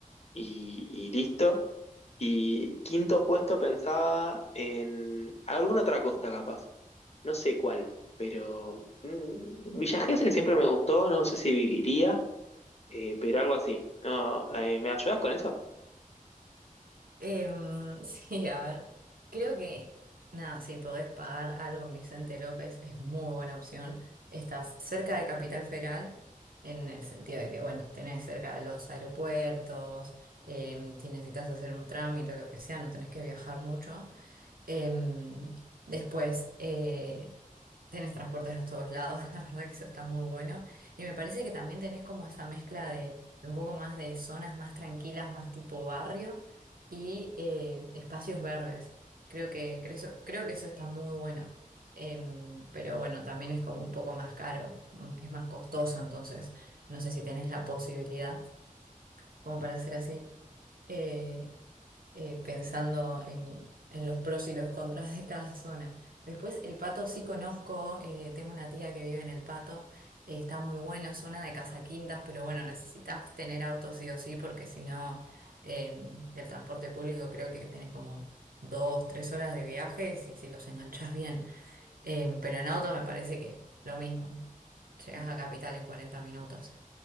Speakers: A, on the left; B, on the right.
A: y- y listo. Y quinto puesto pensaba en alguna otra costa capaz no sé cuál, pero mm, Villa Gesell siempre me gustó, no sé si viviría, eh, pero algo así. No, eh, ¿me ayudas con eso?
B: Em, <laughs> sí, a ver, creo que nada, si podés pagar algo en Vicente López es muy buena opción. Estás cerca de Capital Federal, en el sentido de que, bueno, tenés cerca los aeropuertos, em, si necesitas hacer un trámite o lo que sea, no tenés que viajar mucho. Em, después, eh, Tenés transportes a todos lados, <laughs> la verdad que eso está muy bueno. Y me parece que también tenés como esa mezcla de, de un poco más de zonas más tranquilas, más tipo barrio y eh, espacios verdes. Creo que, creo, eso- creo que eso está muy bueno. Em, pero bueno, también es como un poco más caro, mm, es más costoso, entonces no sé si tenés la posibilidad como para hacer así. Eh, eh, pensando en, en los pros y los contras de cada zona. Después, el Pato sí conozco, eh, tengo una tía que vive en el Pato, eh, está muy buena, zona de Casaquintas, pero bueno, necesitas tener auto sí o sí, porque si no, eh, el transporte público creo que tenés como dos, tres horas de viaje si, si los enganchás bien. Eh, pero en auto me parece que lo mismo, llegás a Capital en 40 minutos.